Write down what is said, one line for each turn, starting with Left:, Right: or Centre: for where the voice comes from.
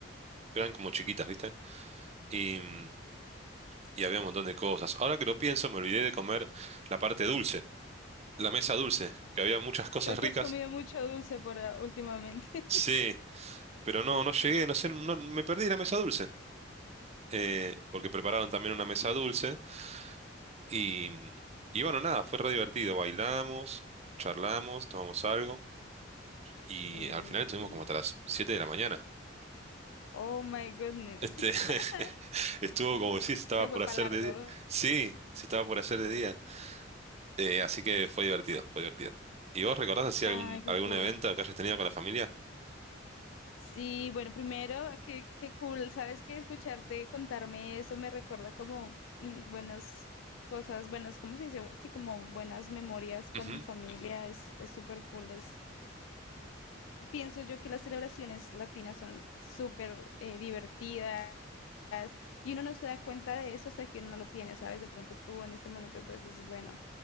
Right: eran como chiquitas, ¿viste? y mm, y había un montón de cosas. Ahora que lo pienso, me olvidé de comer la parte dulce, la mesa dulce, que había muchas cosas
Left: Creo que
Right: ricas.
Left: has comido mucho dulce por últimamente.
Right: Sí, pero no, no llegué, no sé, no, me perdí la mesa dulce, eh, porque prepararon también una mesa dulce y, y bueno, nada, fue re divertido. Bailamos, charlamos, tomamos algo
Left: <laughs>
Right: y
Left: Ve,
Right: al final estuvimos
Left: qué lindo.
Right: como hasta las 7 de la mañana.
Left: Oh my goodness.
Right: Este, <laughs>
Left: <laughs>
Right: estuvo como si se estaba
Left: Se
Right: por
Left: fue
Right: hacer
Left: para largo.
Right: de día. Sí, se estaba por hacer de día. Eh, así que fue divertido, fue divertido. ¿Y vos recordás así
Left: Ay,
Right: algún,
Left: qué
Right: algún
Left: cool.
Right: evento que hayas tenido con la familia?
Left: Sí, bueno, primero, qué, qué cool. Sabes que escucharte contarme eso me recuerda como mm, buenas cosas, buenas, ¿cómo se dice? Sí, como buenas memorias con
Right: Ujú,
Left: mi familia. Es, es súper cool. Es, pienso yo que las celebraciones latinas son súper eh, divertidas. Y uno no se da cuenta de eso hasta que uno no lo tiene, ¿sabes? De pronto tú en este momento pues dices, bueno,